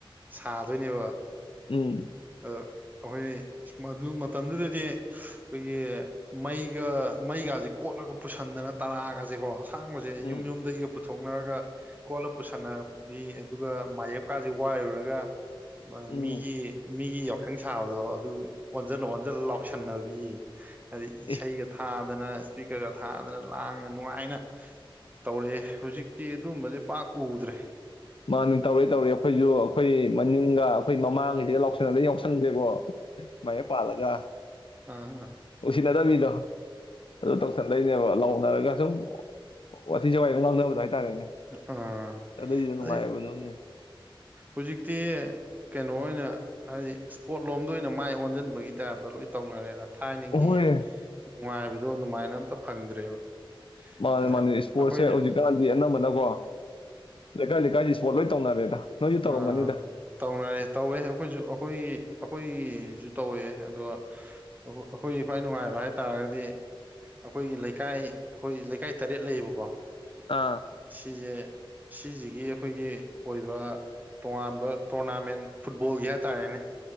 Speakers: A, on the right (about 20°); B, on the left (about 70°).
A: ꯁꯥꯗꯣꯏꯅꯦꯕ
B: ꯎꯝ
A: ꯑ ꯑꯩꯈꯣꯏ ꯃꯗꯨ ꯃꯇꯝꯗꯨꯗꯗꯤ ꯑꯩꯈꯣꯏꯒꯤ ꯃꯩꯒ ꯃꯩꯒꯥꯁꯦ ꯀꯣꯠꯂꯒ ꯄꯨꯁꯟꯗꯅ ꯇꯔꯥꯒꯖꯦꯀꯣ ꯑꯁꯥꯡꯕꯖꯦ
B: ꯎꯝ
A: ꯌꯨꯝ ꯌꯨꯝꯗꯒꯤꯒ ꯄꯨꯊꯣꯛꯅꯔꯒ ꯀꯣꯜꯂ ꯄꯨꯁꯟꯅꯕꯤ ꯑꯗꯨꯒ ꯃꯥꯌꯦꯞꯀꯥꯁꯦ ꯋꯥꯏꯔꯨꯔꯒ ꯃ
B: ꯎꯝ
A: ꯃꯤ ꯃꯤꯒꯤ ꯌꯥꯎꯁꯪ ꯁꯥꯕꯗꯣ ꯑꯗꯨ ꯑꯣꯟꯖꯜ ꯑꯣꯟꯖꯜ ꯂꯥꯎꯁꯤꯟꯅꯕꯤ ꯍꯥꯏꯗꯤ
B: ꯑꯦ
A: ꯏꯁꯩꯒ ꯊꯥ ꯗꯅ ꯏꯁꯄꯤꯀꯔꯒ ꯊꯥꯗꯅ ꯂꯥꯡꯅ ꯅꯨꯡꯉꯥꯏꯅ ꯇꯧꯔꯛꯑꯦ ꯍꯧꯖꯤꯛꯇꯤ ꯑꯗꯨꯝꯕꯁꯦ ꯄꯥꯛ ꯎꯗ꯭ꯔꯦ
B: ꯃꯥꯅꯦ ꯇꯧꯔꯦ ꯇꯧꯔꯦ ꯑꯩꯈꯣꯏꯁꯨ ꯑꯩꯈꯣꯏ ꯃꯅꯤꯡꯒ ꯑꯩꯈꯣꯏ ꯃꯃꯥꯡꯉꯩꯖꯤꯒ ꯂꯎꯁꯟꯅꯗ ꯌꯥꯎꯁꯡꯁꯦꯀꯣ ꯃꯌꯦꯞ ꯄꯥꯜꯂꯒ
A: ꯑ
B: ꯎꯁꯤꯠꯅꯗꯕꯤ ꯗꯣ ꯑꯗꯨ ꯇꯧꯁꯟꯅꯩꯅꯦꯕꯥ ꯂꯎ ꯅꯔꯒ ꯁꯨꯝ ꯑꯣ ꯋꯥꯊꯤ ꯖꯣꯒꯥꯏ ꯉꯡꯅꯕꯗꯣ ꯍꯥꯏꯇꯥꯔꯦꯅꯦ
A: ꯑꯥ
B: ꯑꯥꯗꯨꯏꯗꯣ ꯅꯨꯡꯉꯥꯏꯕ
A: ꯑꯗꯩ
B: <unintelligible>
A: ꯍꯧꯖꯤꯛꯇꯤ ꯀꯩꯅꯣ ꯑꯣꯏꯅ ꯍꯥꯏꯗꯤ ꯏꯁꯄꯣꯠ ꯂꯣꯝꯗ ꯑꯣꯏꯅ ꯃꯥꯏ ꯑꯣꯟꯁꯤꯟꯕꯒꯤ ꯇꯥꯏꯞꯇ ꯂꯣꯏ ꯇꯧꯅꯔꯦꯗ ꯊꯥꯏꯅꯒꯤ
B: ꯍꯣꯏ
A: ꯅꯨꯡꯉꯥꯏꯕꯗꯣ ꯑꯗꯨꯃꯥꯏꯅ ꯑꯝꯇ ꯐꯪꯗ꯭ꯔꯦꯕ
B: ꯃꯥꯅꯦ
A: ꯑꯗ
B: ꯃꯥꯅꯦ ꯏꯁꯄꯣꯔꯠꯁꯦ
A: ꯑꯩꯈꯣꯏꯁꯨ
B: ꯍꯧꯖꯤꯛꯀꯥꯟꯗꯤ ꯑꯅꯝꯕꯅꯀꯣ ꯂꯩꯀꯥꯏ ꯂꯩꯀꯥꯏꯖꯤ ꯄꯣꯠ ꯂꯣꯏ ꯇꯧꯅꯔꯦꯗ ꯅꯣꯏꯁꯨ ꯇꯧꯔꯝꯒꯅꯤꯗ
A: ꯑ ꯇꯧꯅꯔꯦ ꯇꯧꯋꯦ ꯑꯩꯈꯣꯏꯁꯨ ꯑꯩꯈꯣꯏꯒꯤ ꯑꯩꯈꯣꯏꯒꯤꯁꯨ ꯇꯧꯋꯦ ꯑꯗꯣ ꯑꯩꯈꯣꯏ ꯈ꯭ꯋꯥꯏ ꯅꯨꯡꯉꯥꯏꯕ ꯍꯥꯏꯇꯥꯔꯒꯗꯤ ꯑꯩꯈꯣꯏꯒꯤ ꯂꯩꯀꯥꯏ ꯑꯩꯈꯣꯏ ꯂꯩꯀꯥꯏ ꯇꯔꯦꯠ ꯂꯩꯌꯦꯕꯀꯣ
B: ꯑꯥ
A: ꯁꯤꯁꯦ ꯁꯤꯁꯤꯒꯤ ꯑꯩꯈꯣꯏꯒꯤ ꯑꯣꯏꯕ ꯇꯣꯉꯥꯟꯕ ꯇꯔꯣꯅꯥꯃꯦꯟ ꯐꯨꯠꯕꯣꯜꯒꯤ ꯍꯥꯏꯇꯥꯔꯦꯅꯦ